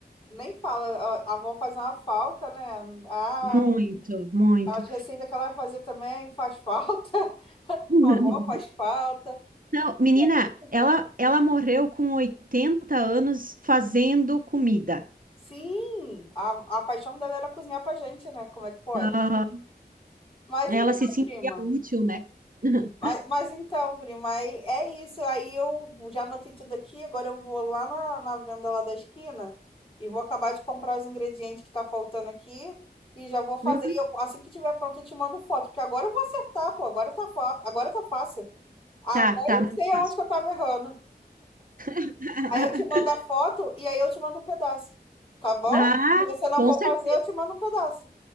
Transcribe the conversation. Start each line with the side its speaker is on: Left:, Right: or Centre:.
Left: Nem fala, a, a avó faz uma falta, né? Ah,
Right: Muito, muito.
Left: as receitas que ela fazia também faz falta. <laughs>
Right: <laughs>
Left: A avó faz falta.
Right: Não, menina,
Left: E aí,
Right: ela, ela morreu com 80 anos fazendo comida.
Left: sim, a, a paixão dela era cozinhar pra gente, né? Como é que pode?
Right: Aham.
Left: Mas
Right: Ela
Left: então,
Right: se sentia
Left: prima.
Right: útil, né? <laughs>
Left: Mas, mas então, prima, aí é isso. Aí eu já anotei tudo aqui. Agora eu vou lá na, na venda lá da esquina e vou acabar de comprar os ingredientes que tá faltando aqui e já vou fazer.
Right: Uhum.
Left: E eu, assim que tiver pronto, eu te mando foto, porque agora eu vou acertar, pô. Agora tá, fa- agora tá fácil. Agora
Right: Tá, tá,
Left: eu
Right: muito
Left: sei
Right: fácil.
Left: aonde que eu tava errando.
Right: <laughs>
Left: Aí eu te mando a foto e aí eu te mando um pedaço. Tá bom?
Right: Ah,
Left: Se você não
Right: com
Left: for
Right: certeza.
Left: fazer, eu te mando um pedaço.